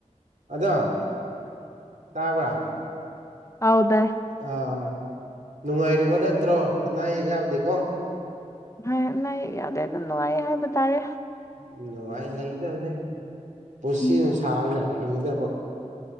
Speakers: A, on the right; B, on the left.
A: ꯑꯗꯣ ꯇꯥꯕ꯭ꯔꯥ
B: ꯑꯧ ꯇꯥꯏꯌꯦ
A: ꯑꯥ ꯅꯨꯡꯉꯥꯏꯔꯤꯕ ꯅꯠꯇ꯭ꯔꯣ ꯑꯅꯥ ꯑꯌꯦꯛ ꯌꯥꯎꯗꯦꯀꯣ
B: ꯑꯅꯥ ꯑꯌꯦꯛ ꯌꯥꯎꯗꯦ ꯑꯗꯨꯝ ꯅꯨꯡꯉꯥꯏꯌꯦ ꯍꯥꯏꯕꯇꯥꯔꯦ꯫
A: ꯎꯝ ꯅꯨꯡꯉꯥꯏ ꯂꯩꯗꯕꯅꯦ ꯄꯨꯟꯁꯤ
B: ꯎꯝ
A: ꯅꯨꯡ ꯁꯥꯡꯅ ꯍꯤꯡꯒꯗꯕ꯫